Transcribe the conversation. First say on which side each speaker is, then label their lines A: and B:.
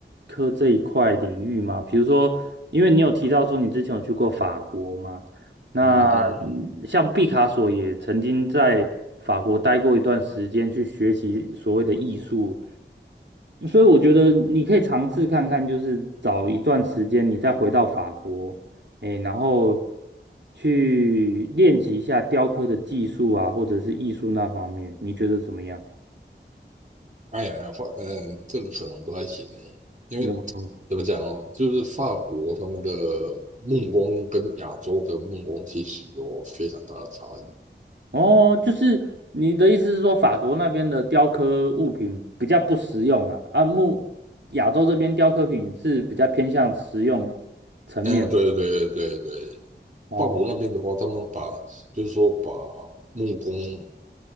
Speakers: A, on the right; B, on the right.
A: 刻这一块领域吗？比如说，因为你有提到说你之前有去过法国嘛，那嗯像毕卡索也曾经在法国待过一段时间去学习所谓的艺术，
B: 嗯嗯嗯，
A: 所以我觉得你可以尝试看看，就是找一段时间你再回到法国，诶，然后去练习一下雕刻的技术啊，或者是艺术那方面，你觉得怎么样？
B: 哎呀，呀，法嗯，这个可能不太行哎，因为
A: 你怎么说
B: 怎么讲哦，就是法国他们的木工跟亚洲的木工其实有非常大的差异。
A: 哦，就是你的意思是说，法国那边的雕刻物品比较不实用啊，啊，木亚洲这边雕刻品是比较偏向实用层面。
B: 嗯，对对对对，对
A: 哦，
B: 法国那边的话，他们把就是说把木工